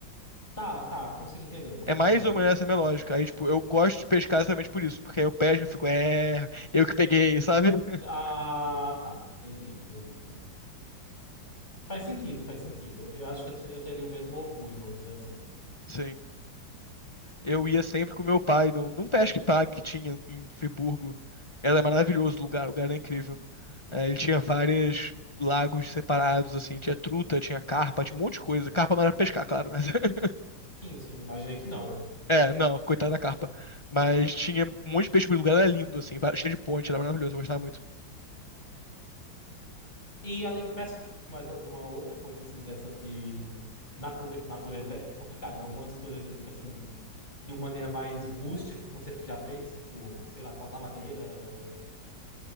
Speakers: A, on the left; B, on the left.
A: Tá, tá, consegui entender, consegui
B: É mais
A: compreender.
B: ou menos essa a minha lógica. Aí, tipo, eu gosto de pescar exatamente por isso, porque aí eu pesco e fico, é, eu que peguei, sabe? <laughs>
A: Ah, tá, entendi, entendi, entendi. Faz sentido, faz sentido. Eu acho que eu, te- eu teria o mesmo orgulho, vamos dizer assim.
B: Sim. Eu ia sempre com meu pai num, num Pesque Pague que tinha em Friburgo. Era maravilhoso o lugar, o lugar era incrível. É, ele tinha vários lagos separados, assim, tinha truta, tinha carpa, tinha um monte de coisa. Carpa não era pescar, claro, né? <laughs>
A: Sim, sim, imaginei que não.
B: É, não, coitada da carpa. Mas tinha um monte de peixe, o lugar era lindo, assim, va- cheio de ponte, era maravilhoso, eu gostava muito.
A: E além de pesca, tem mais alguma outra coisa assim dessas de nature... natureza é complicado, né? Algumas coisas tipo assim, de uma maneira mais rústica que você já fez, tipo, sei lá, cortar madeira, eh,